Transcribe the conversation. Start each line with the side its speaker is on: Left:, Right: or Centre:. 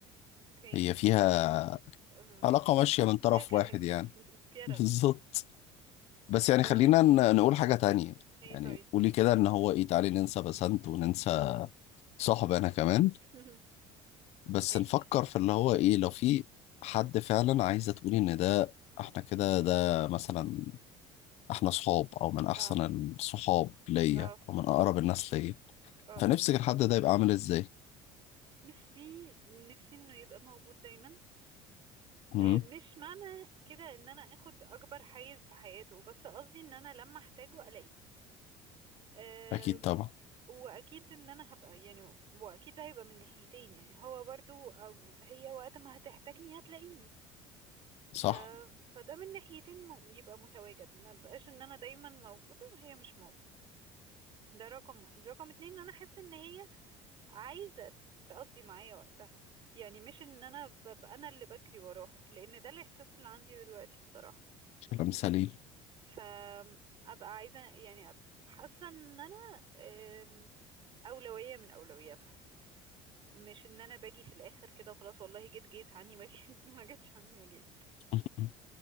Right: أوكي
Left: هي فيها
Right: أم،
Left: علاقة ماشية من طرف
Right: فيها كلام
Left: واحد يعني
Right: <laughs>
Left: <laughs>
Right: فيها رغي
Left: بالظبط بس يعني خلينا
Right: أم،
Left: ن- نقول حاجة تانية
Right: إيه
Left: يعني
Right: طيب
Left: قولي كده ان هو ايه تعالي ننسى بسنت وننسى صاحب انا كمان
Right: <laughs>
Left: بس
Right: ماشي
Left: نفكر في اللي هو ايه لو في حد فعلا عايزه تقولي ان ده احنا كده ده مثلا احنا صحاب او من احسن
Right: أه
Left: الصحاب ليا
Right: أه
Left: او من اقرب
Right: أه
Left: الناس ليا
Right: آه.
Left: فنفسك الحد ده يبقى عامل ازاي
Right: نفسي نفسي إنه يبقى موجود دايما
Left: امم
Right: آه، مش معنى كده ان انا اخد اكبر حيز في حياته بس قصدي ان انا لما احتاجه الاقيه آم،
Left: اكيد طبعا
Right: واكيد ان انا هبقى يعني واكيد ده هيبقى من ناحيتين يعني هو برضو او هي وقت ما هتحتاجني هتلاقيني
Left: صح
Right: ف... فده من ناحيتين م... يبقى متواجد ما بقاش ان انا دايما موجودة وهي مش موجودة ده رقم واحد رقم اتنين ان انا احس ان هي عايزة تقضي معايا وقتها يعني مش ان انا ببقى انا اللي بجري وراها لان ده الاحساس اللي عندي دلوقتي بصراحة
Left: كلام سليم
Right: فابقى عايزه يعني أبقى حاسه ان انا أم، اولويه من اولوياتها مش ان انا باجي في الاخر كده وخلاص والله جيت جيت عني ما جيت <laughs> ما جيتش عني ما جيت
Left: <laughs>